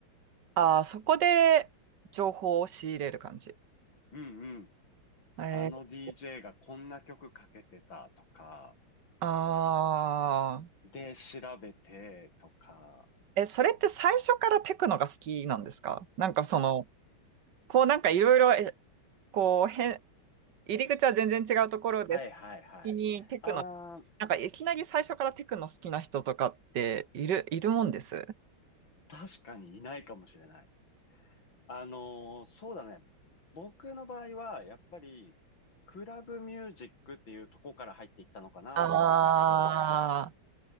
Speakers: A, on the right; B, on the left.
A: ああ、そこで情報を仕入れる感じ。
B: うんうん、
A: えー、
B: あの DJ がこんな曲かけてたとか、
A: ああ、
B: で、調べてとか、
A: え、それって最初からテクノが好きなんですかなんかその、こうなんかいろいろこう、へん、入り口は全然違うところで、
B: はいはいはい。
A: 先にテクノ、
B: あー、
A: なんかいきなり最初からテクノ好きな人とかっている、いるもんです。
B: 確かにいないかもしれない。あのーそうだね。僕の場合は、やっぱり、クラブミュージックっていうとこから入っていったのかなと思うんだけど、
A: あ